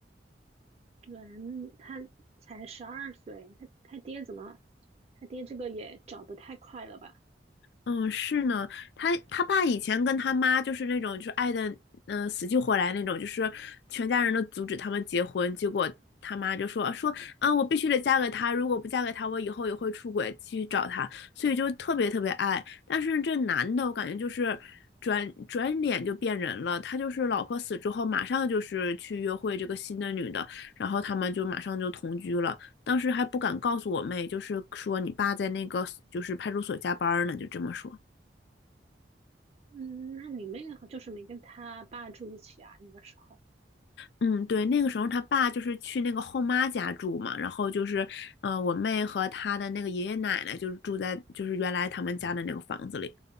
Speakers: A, on the right; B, on the left.
A: 对，嗯她才十二岁，她她爹怎么？她爹这个也找得太快了吧？
B: 嗯，是呢，他他爸以前跟他妈就是那种就是爱的，嗯、死去活来那种，就是全家人都阻止他们结婚，结果他妈就说说啊，我必须得嫁给他，如果不嫁给他，我以后也会出轨，继续找他，所以就特别特别爱。但是这男的，我感觉就是转转脸就变人了，他就是老婆死之后，马上就是去约会这个新的女的，然后他们就马上就同居了。当时还不敢告诉我妹，就是说你爸在那个就是派出所加班呢，就这么说。
A: 嗯，那你妹好就是没跟她爸住一起啊？那个时候
B: 嗯，对，那个时候他爸就是去那个后妈家住嘛，然后就是，嗯，我妹和她的那个爷爷奶奶就是住在就是原来他们家的那个房子里，